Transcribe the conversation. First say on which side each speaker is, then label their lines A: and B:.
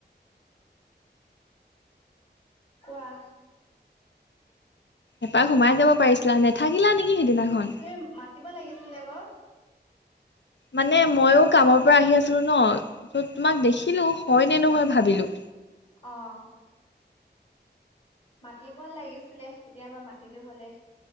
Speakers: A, on the left (about 35°); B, on the left (about 80°).
A: কোৱা
B: এপাক সোমাই যাব পাৰিছিলা, নেথাকিলা নেকি সেইদিনাখন?
A: তে মাতিব লাগিছিল আকৌ।
B: মানে মইয়ো কামৰ পৰা আহি আছিলোঁ ন'। ত' তোমাক
A: অঁ
B: দেখিলোঁ হয় নে নহয় ভাবিলোঁ।
A: অহ। মাতিব লাগিছিলে তেতিয়া মই মাতিলো হ'লে।